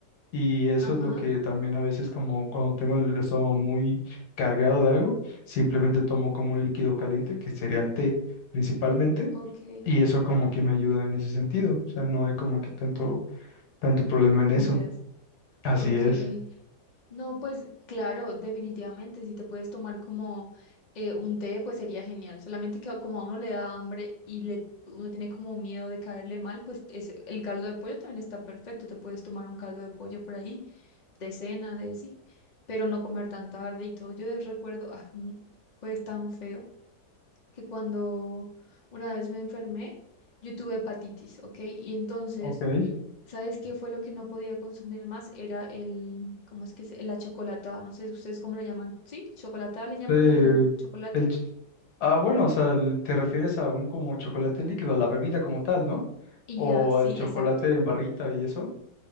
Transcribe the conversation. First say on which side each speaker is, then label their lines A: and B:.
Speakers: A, on the left; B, on the left.
A: y eso
B: Ajá.
A: es lo que también a veces como cuando tengo el estómago muy cargado de algo, simplemente tomo como un líquido caliente, que sería el té principalmente,
B: Ok.
A: y eso como que me ayuda en ese sentido, o sea, no hay como que tanto, tanto problema en
B: Comidas.
A: eso. Así
B: Ok.
A: es,
B: No, pues claro, definitivamente, si te puedes tomar como eh, un té, pues sería genial. Solamente que como a uno le da hambre y le, uno tiene como miedo de caerle mal, pues ese- el caldo de pollo también está perfecto. Te puedes tomar un caldo de pollo por ahí, de cena, de sí, pero no comer tan tarde y todo. Yo recuerdo, ah, mm, fue tan feo que cuando una vez me enfermé, yo tuve hepatitis, ¿ok? Y entonces...
A: ok.
B: ¿Sabes qué fue lo que no podía consumir más? Era el, ¿cómo es que se, la chocolatada? No sé ustedes cómo la llaman. Sí, chocolatada le llaman
A: Eh,
B: al chocolate.
A: el ch- ah, bueno, o sea, el- te refieres a un como chocolate líquido, a la bebida como tal, ¿no?
B: Y
A: O
B: ya, sí,
A: al chocolate
B: exacto.
A: en barrita y eso.